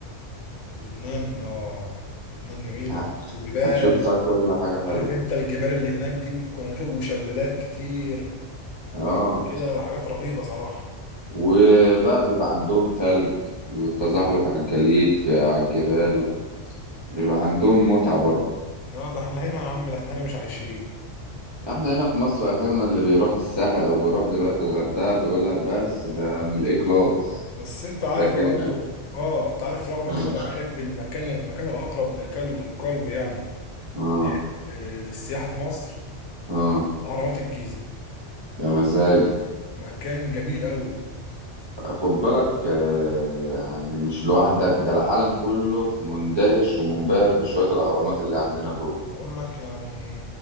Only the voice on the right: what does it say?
ه-
هتشوف فيها كل حاجة حلوة
اه
وبقى بيبقى عندهم تلج والتزحلق على الجليد في على الجبال وبيبقى عندهم متعة برضه
احنا هنا في مصر اخرنا اللي بيروح الساحل او بيروح دلوقتي الغردقة بيقول لك بس ده من الاي كلاس
لكن
اه
اه,
آه.
يا مزاج
خد بالك آه، يعني مش لوحدك ده العالم كله مندهش ومنبهر بشوية الأهرامات اللي عندنا دول